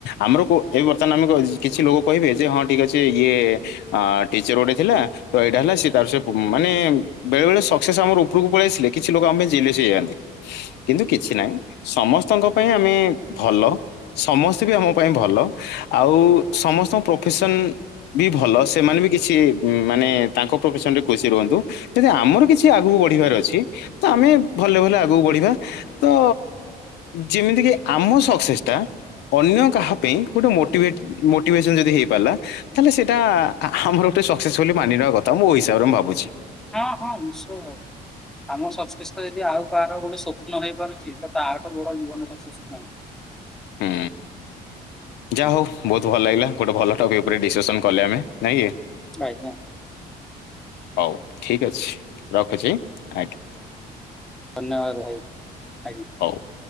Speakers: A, on the left (about 80°); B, in the centre.
A: ଆମର କୋ ଉ ଏବେ ବର୍ତ୍ତମାନ ଆମେ କ କିଛି ଲୋକ କହିବେ ଯେ ହଁ ଠିକ ଅେ ଇଏ ଆ ଟିଚର ଗୋଟେ ଥିଲା ତ ଏଇଟା ହେଲା ସି ତାର ସେ ମାନେ ବେଳେ ବେଳେ ସକ୍ସେସ୍ ଆମର ଉପରକୁ ପଳେଇ ଆସିଲେ କିଛି ଲୋକ ଆମେ ଜିଲେସ୍ ହେଇ ଯଆନ୍ତି। କିନ୍ତୁ କିଛି
B: ହୁଁ,
A: ନାହିଁ ସମସ୍ତଙ୍କ ପାଇଁ ଆମେ ଭଲ ସମସ୍ତେ ବି ଆମ ପାଇଁ ଭଲ ଆଉ ସମସ୍ତଙ୍କ ପ୍ରୋଫେସନ୍ ବି ଭଲ ସେମାନେ ବି କିଛି ମାନେ ତାଙ୍କ ପ୍ରଫେସନ ରେ ଖୁସି ରୁହନ୍ତୁ। ଯଦି ଆମର କିଛି ଆଗକୁ ବଢିବାର ଅଛି ତ ଆମେ ଭଲରେ ଭଲରେ ଆଗକୁ ବଢିବା ତ ଯେମିତିକି ଆମ ସକ୍ସେସ୍ ଟା ଅନ୍ୟ କାହା ପାଇଁ ଗୋଟେ ମୋଟିଭେଟ ମୋଟିଭେସନ ଯଦି ହେଇ ପାରିଲ ତାଲେସେ ଟା ଆମର ଗୋଟେ ସକ୍ସେସବୋଲି ମାନିନବା କଥା ମୋ ହିସାବରେ ମୁ ଭାବୁଛି।
B: ହଁ ହଁ ନିଶ୍ଚୟ ଭାଇ। ଆମ ସଂଶିଷ୍ଟ ଯଦି ଆଉ କାହାର ଗୋଟେ ସ୍ୱପ୍ନ ହେଇପାରୁଚି ତ ତାଠୁ ବଡ ଜୀବନ ସସ୍ ନାଇଁ।
A: ହୁଁ। ଯାହା ହଉ ବହୁତ ଭଲ ଲାଗିଲା ଗୋଟେ ଭଲ ଟପିକ ଉପରେ ଡିସକସନ କଲେ ଆମେ ନାଇଁ କି।
B: ଭାଇ ନା।
A: ହଉ ଠିକ ଅଛି ରଖୁଚି ଆଜ୍ଞା।
B: ଧନ୍ୟବାଦ ଭାଇ ଆଜ୍ଞା।
A: ହଉ।